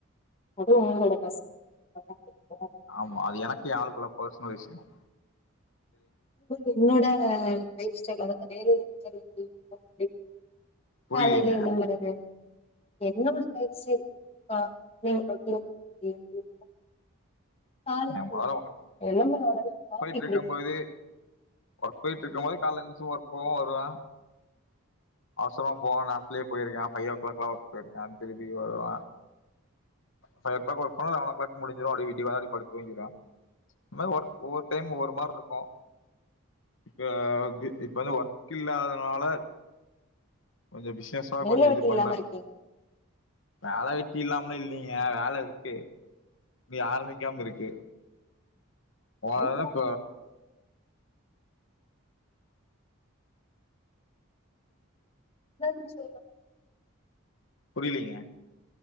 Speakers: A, on the left (about 25°); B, on the left (about 65°).
A: அதுவு உங்களோட பர்சனல் கூடாது
B: ஆமா அது எனக்கும் என் ஆளுக்கும் உள்ள பர்சனல் விஷியோம்
A: என்னோட லைஃப் ஸ்டைல் வந்து மேரஜல் எப்டி இருக்கோ அப்டி
B: புரியலீங்க.
A: காலையில எல்லா கெடையாது என்னோட லைஃப்ஸ்டைல் <unintelligible> காலைக்கு
B: நான் முதல்ல ஒர்க்
A: எலும்புன ஒடனே காஃபி
B: போயிட்டு இருக்கும்போது
A: குடிக்
B: ஒர்க் போயிட்டுருக்கும் போதே காலைல எழுச்சு ஒர்க் போவ வருவே அவசரமா போவே நாட்டுலயே போயிருக்கே ஃபைவ் ஓ கிளாக்லா ஒர்க் போயிருக்கே திரும்பி வருவே ஃபைவ் ஓ கிளாக் ஒர்க் போனா லெவன் ஓ கிளாக் முடிஞ்சிடோ அப்டியே வீடுவாங்க அப்டியே படுத்து தூங்கிடுவே இந்த மாரி ஒர்க் ஒவ்வொரு டைம் ஒவ்வொரு மாரி இருக்கோ இப்ப இப்ப வந்து ஒர்க் இல்லாதனால கொஞ்சோ பிசினஸா
A: மேல
B: கொஞ்சோ
A: வெட்டி
B: இது பண்றே
A: இல்லாம இருக்கே
B: வேல வெட் டி இல்லாமலா இல்லிங்க வேல இருக்கு போய் ஆரம்பிக்காமயிருக்கு போன
A: என்னங்க
B: தட
A: நா எதோ சொல்ல
B: புரியலிங்க